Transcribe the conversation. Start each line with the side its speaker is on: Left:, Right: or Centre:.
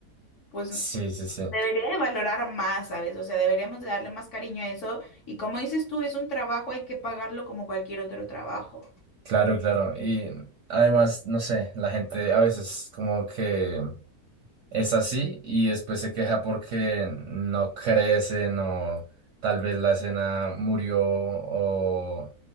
Left: pues
Right: Sí, sí, sí,
Left: debería de valorar más, ¿sabes? O sea, deberíamos de darle más cariño a eso. Y como dices tú, es un trabajo, hay que pagarlo como cualquier otro trabajo.
Right: claro, claro. Y además, no sé, la gente a veces como que es así y después se queja porque no crecen o tal vez la escena murió o